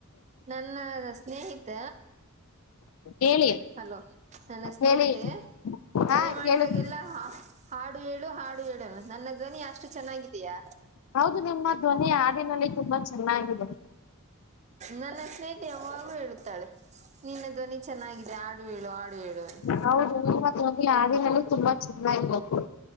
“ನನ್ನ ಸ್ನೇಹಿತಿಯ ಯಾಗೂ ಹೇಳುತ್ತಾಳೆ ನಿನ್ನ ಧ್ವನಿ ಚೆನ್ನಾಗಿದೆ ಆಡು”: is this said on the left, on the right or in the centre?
Right